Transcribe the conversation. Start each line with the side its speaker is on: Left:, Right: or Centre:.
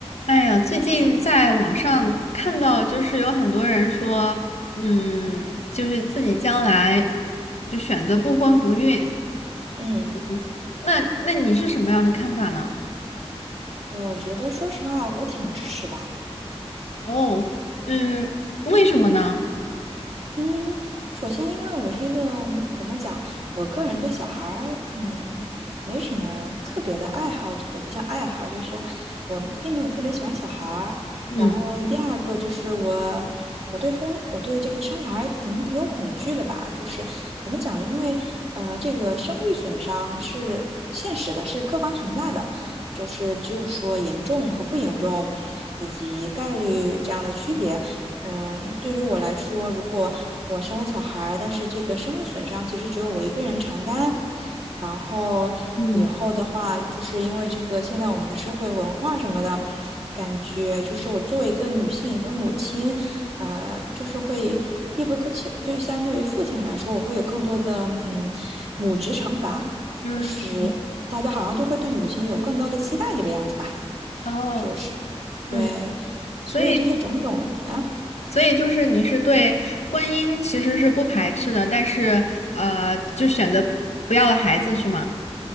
Left: 哎呀，最近在网上看到，就是有很多人说，嗯，就是自己将来就选择不婚不孕。
Right: 嗯，
Left: 嗯那那你是什么样的看法呢？
Right: 我觉得说实话，我挺支持的。
Left: 哦，嗯，为什么呢？
Right: 嗯，首先，因为我是一个怎么讲，我个人对小孩儿，嗯，没什么特别的爱好，也不叫爱好，就是我并没有特别喜欢小孩儿。
Left: 嗯
Right: 然后第二个就是我，我对婚，我对这个生小孩儿挺挺有恐惧的吧，就是怎么讲，因为呃，这个生育损伤是现实的，是客观存在的，就是只有说严重和不严重，以及概率这样的区别。嗯，对于我来说，如果我生了小孩儿，但是这个生育损伤其实只有我一个人承担。然后以后的话，
Left: 嗯
Right: 就是因为这个现在我们的社会文化什么的，感觉就是我作为一个女性，一个母亲，呃，就是会必不可缺。对，相对于父亲来说，我会有更多的嗯母职惩罚，
Left: 嗯嗯，
Right: 就是大家好像就会对母亲有更多的期待，这个样子吧，
Left: 哦，
Right: 就是对，
Left: 嗯，所以
Right: 所以这些种种啊。哎
Left: 所以就是你是对婚姻其实是不排斥的，但是呃，就选择不要了孩子是吗？